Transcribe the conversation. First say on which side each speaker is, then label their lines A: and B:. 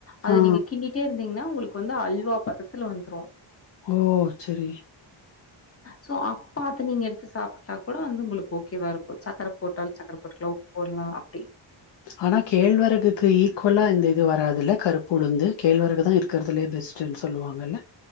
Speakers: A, on the left; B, on the left.
A: அது
B: ஆ.
A: நீங்க கின்டீட்டே இருந் தீங்ன்னா உங்களுக்கு வந்து அல்வா பதத்துல வந்துரு.
B: ஓ செரி
A: சோ அப்பத்த நீங்க எடுத்து சாப்ட்டா கூட வந்து உங்களுக்கு ஓகேவாருக்கு சக்கர போட்டால் சக்கர போட்டுக்கலா உப்பு போடலா அப்டி
B: ஆனா கேழ்வரகுக்கு ஈக்குவலா இந்த இது வராதுல்ல. கருப்புழுந்து, கேழ்வரகுதா இருக்குறதுலயே பெஸ்ட்னு சொல்லுவாங்கல்ல.